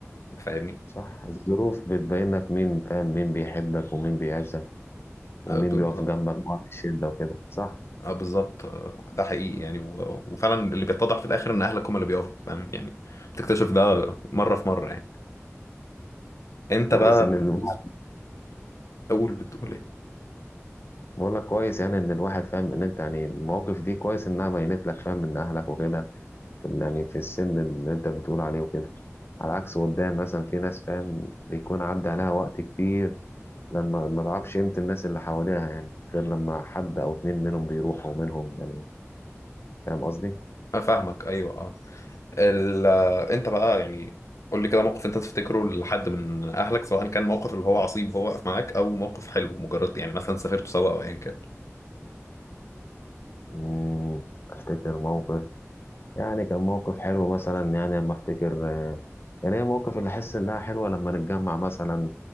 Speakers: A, on the left; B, on the left.
A: فاهمني
B: صح الظروف بتبين لك مين فاهم مين بيحبك ومين بيعزك ومين
A: آه، بالظبط
B: بيقف جنبك بقى في الشدة وكده صح
A: اه بالظبط آه، ده حقيقي يعني و... وفعلا اللي بيتضح في الاخر ان اهلك هم اللي بيقفوا فاهم يعني بتكتشف ده مره في مره يعني انت
B: كويس
A: بقى
B: ان
A: بالنسبه
B: الواحد
A: اقول بتقول ايه
B: بقول لك كويس يعني ان الواحد فاهم ان انت يعني المواقف دي كويس انها بينت لك فاهم من اهلك وكده في ال- يعني في السن اللي انت بتقول عليه وكده على عكس قدام مثلا في ناس فاهم بيكون عدى عليها وقت كتير لما ما تعرفش قيمة الناس اللي حواليها يعني غير لما حد او اتنين منهم بيروحوا منهم يعني فاهم قصدي؟
A: انا فاهمك ايوه اه ال... آه، انت بقى يعني قول لي كده موقف انت تفتكره لحد من اهلك سواء كان موقف اللي هو عصيب وهو واقف معاك او موقف حلو مجرد يعني مثلا سافرتوا سوا او ايا كان
B: مم، افتكر موقف يعني كان موقف حلو مثلا يعني لما افتكر آه، يعني هي موقف اللي احس انها حلوه لما نتجمع مثلا